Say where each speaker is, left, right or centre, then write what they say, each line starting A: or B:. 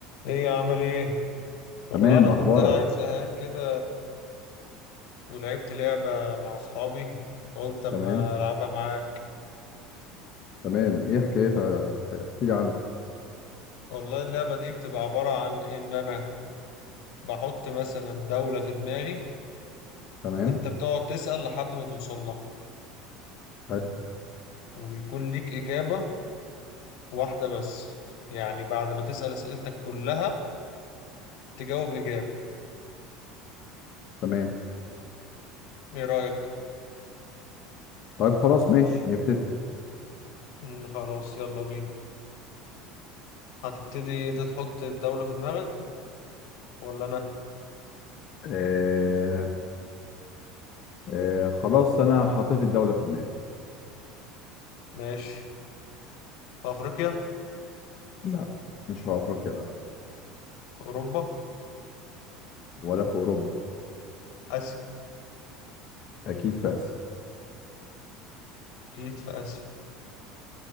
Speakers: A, on the left; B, on the left.
A: ايه يا عامل ايه والله
B: تمام
A: انا كنت
B: اخبارك
A: قاعد زهقان كده ولعبت لعبة مع اصحابي قلت اما
B: تمام
A: العبها معاك
B: تمام ايه حكايتها احكي لي عنها
A: والله اللعبة دي بتبقى عبارة عن ان انا بحط مثلا دولة في دماغي
B: تمام
A: وانت بتقعد تسأل لحد ما توصل لها
B: حلو
A: وبيكون ليك إجابة واحدة بس يعني بعد ما تسأل أسئلتك كلها تجاوب إجابة
B: تمام
A: ايه رأيك
B: طيب خلاص ماشي نبتدي
A: إن خلاص يلا بينا هتبتدي انت تحط الدولة في دماغك ولا انا
B: آه آه خلاص انا حطيت الدولة في دماغي
A: ماشي في افريقيا في
B: لا مش في افريقيا لا
A: اوروبا
B: ولا في اوروبا
A: آسيا
B: اكيد في اسيا
A: أكيد في آسيا